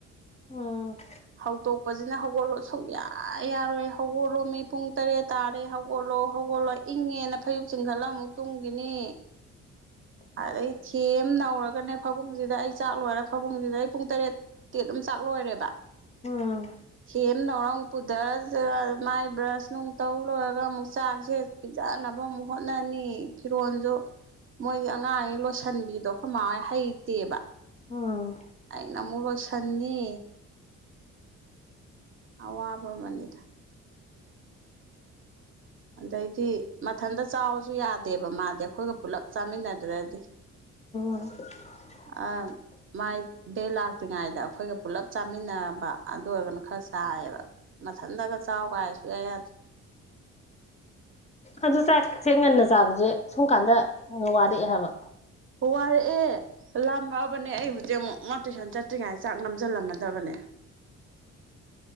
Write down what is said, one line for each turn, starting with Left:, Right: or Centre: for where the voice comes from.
Left: ꯎꯝ
Right: ꯍꯧꯗꯣꯛꯄꯖꯤꯅ ꯍꯧꯒꯠꯂꯣ ꯁꯨꯛ ꯌꯥ ꯌꯥ ꯌꯥꯔꯣꯏ ꯍꯧꯒꯠꯂꯣ ꯃꯤ ꯄꯨꯡ ꯇꯔꯦꯠ ꯇꯥꯔꯦ ꯍꯧꯒꯠꯂꯣ ꯍꯧꯒꯠꯂꯣ ꯏꯪꯉꯦꯅ ꯐꯩꯖꯨꯞ ꯆꯤꯡꯈꯠꯂ ꯑꯃꯨꯛ ꯇꯨꯡꯒꯤꯅꯤ ꯑꯗꯩ ꯊꯦꯝ ꯅꯧꯔꯒꯅꯦ ꯐꯥꯕꯨꯡꯁꯤꯗ ꯑꯩ ꯆꯥꯛ ꯂꯣꯏꯔꯦ ꯐꯥꯃꯨꯡꯁꯤꯗ ꯑꯩ ꯄꯨꯡ ꯇꯔꯦꯠ ꯇꯤ ꯑꯗꯨꯝ ꯆꯥꯛ ꯂꯣꯏꯔꯦꯕ
Left: ꯎꯝ
Right: ꯊꯦꯝ ꯅꯧꯔꯥ ꯑꯃꯨꯛ ꯄꯨꯊꯔ ꯆ ꯃꯥꯏ ꯕ꯭ꯔꯁ ꯅꯨꯡ ꯇꯧ ꯂꯣꯏꯔꯒ ꯑꯃꯨꯛ ꯆꯥꯛꯁꯦ ꯄꯤꯖꯥꯟꯅꯕ ꯑꯃꯨꯛ ꯍꯣꯠꯅꯅꯤ ꯐꯤꯔꯣꯜꯁꯨ ꯃꯣꯏꯒꯤ ꯑꯉꯥꯡꯉ ꯂꯣꯏꯁꯤꯟꯕꯤꯗꯣ ꯑꯩꯈꯣꯏ ꯃꯥꯣꯏ ꯍꯩꯇꯦꯕ
Left: ꯎꯝ
Right: ꯑꯩꯅ ꯑꯃꯨꯛ ꯂꯣꯏꯁꯟꯅꯤ ꯑꯋꯥꯕ ꯑꯃꯅꯤꯗ ꯑꯗꯩꯗꯤ ꯃꯊꯟꯇ ꯆꯥꯎꯁꯨ ꯌꯥꯗꯦꯕ ꯃꯥꯗꯤ ꯑꯩꯈꯣꯏꯒ ꯄꯨꯂꯞ ꯆꯥꯃꯤꯟꯅꯗ꯭ꯔꯗꯤ <inaudible>
Left: ꯑꯣ
Right: ꯑꯥ ꯃꯥꯏ ꯗꯦꯛ ꯂꯥꯛꯇ꯭ꯔꯤꯉꯩꯗ ꯑꯩꯈꯣꯏꯒ ꯄꯨꯜꯂꯞ ꯆꯥꯃꯤꯟꯅꯔꯕ ꯑꯗꯨ ꯑꯣꯏꯔꯒꯅ ꯈꯔ ꯁꯥꯏꯌꯦꯕ ꯃꯊꯟꯗꯒ ꯆꯥꯎ ꯀꯥꯏ ꯁꯨ ꯌꯥꯏ ꯌꯥꯗ꯭ꯔꯦ
Left: ꯑꯗꯨ ꯆꯥꯛꯁꯦ ꯉꯟꯅ ꯆꯥꯕꯁꯦ ꯁꯨꯝ ꯀꯥꯟꯗ ꯋꯥꯔꯛꯑꯦ ꯍꯥꯏꯕ
Right: ꯋꯥꯔꯛꯑꯦ ꯂꯥꯃꯑꯕꯅꯦ ꯑꯩ ꯍꯧꯖꯤꯛ ꯑꯃꯨꯛ ꯃꯥ ꯇꯨꯏꯁꯟ ꯆꯠꯇ꯭ꯔꯤꯉꯩ ꯆꯥꯛ ꯅꯝꯁꯤꯜꯂꯝꯃꯗꯕꯅꯦ